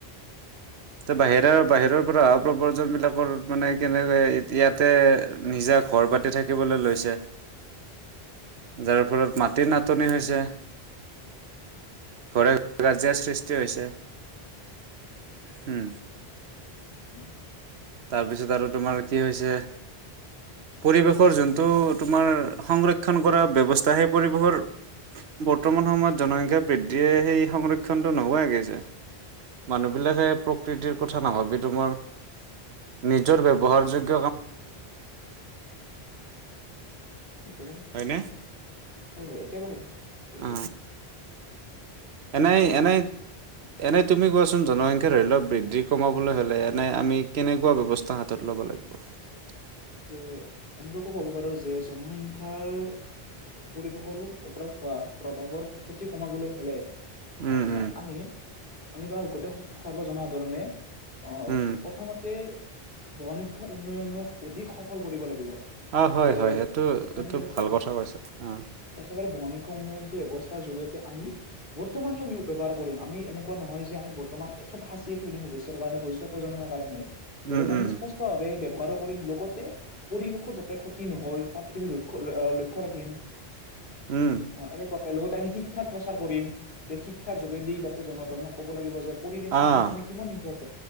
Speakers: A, on the right; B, on the left.
A: তে বাহিৰে-বাহিৰৰ পৰা অহা। প্ৰবজন বিলাকৰ মানে কেনেকৈ ইয়াতে নিজা ঘৰ পাতি থাকিবলৈ লৈছে যাৰ
B: হয়
A: ফলত মাটি নাট । নাটনি হৈছে । কাজিয়াৰ
B: উম
A: সৃষ্টি হৈছে। হম
B: উম <inaudible>
A: তাৰপিছত আৰু তোমাৰ কি হৈছে পৰিৱেশৰ যোনটো তোমাৰ সংৰক্ষণ কৰা ব্যৱস্থা সেই পৰিৱেশৰ বৰ্তমান সময়ত জনসংখ্যা বৃদ্ধিয়ে সেই সংৰক্ষণটো নোহোৱাই গৈছে মানুহবিলাকে প্ৰকৃতিৰ কথা নাভাবি তোমাৰ নিজৰ ব্যৱহাৰযোগ্য
B: একেবাৰে
A: হয়নে
B: হয় হয় একেবাৰে সত্য
A: অ
B: কথা
A: এনে
B: লগতে
A: এনে এনেই নতুন জনসংখ্যাৰ ধৰি লওক বৃদ্ধি কমাবলৈ হ'লে এনে আমি কেনেকুৱা ব্যৱস্থা হাতত ল'ব লাগিব <inaudible>
B: যে এনেকুৱাকো কব পাৰো যে জনসংখ্যাৰ পৰিৱেশৰ ওপৰত হোৱা প্ৰভাৱৰ ক্ষতি কমাবলৈ হ'লে
A: উম
B: আহ
A: উম
B: আমি আমি বাৰ গোটেই সৰ্ব জনসাধাৰণে অ
A: উম
B: প্ৰথমতে <inaudible> বনশিক্ষ উন্নয়নৰ অধিক সফল কৰিব লাগিব
A: অ হয়
B: যে
A: হয় সেইটো
B: তেনেদৰে
A: এইটো ভাল
B: বহন
A: কথা কৈছা অ
B: একেবাৰে বহন উন্নয়নটো ব্যৱস্থাৰ জৰিয়তে আমি বৰ্তমানেও ব্যৱহাৰ কৰিম আমি এনেকুৱা নহয় যে আমি বৰ্তমান চব সাঁচিয়ে থৈ দিম ভৱিষ্যৰ কাৰণে ভৱিষ্য প্ৰজন্মৰ কাৰণে <inaudible> লগতে
A: উম
B: আমি
A: উম
B: স্পষ্ট ভাবে ব্যৱহাৰ কৰিম লগতে পৰিৱেশৰ যাতে ক্ষতি নহয় তাৰ প্ৰতি আমি লক্ষ্ লক্ষ্য ৰাখিম
A: উম,
B: <inaudible> অ এনেকুৱা লগতে আমি শিক্ষাৰ প্ৰচাৰ কৰিম যে শিক্ষাৰ যোগেদি যাতে জনাধাৰণক ক'ব লাগিব যে পৰিৱেশ
A: আহ
B: আমাৰ কাৰণে কিমান ইম্পেৰ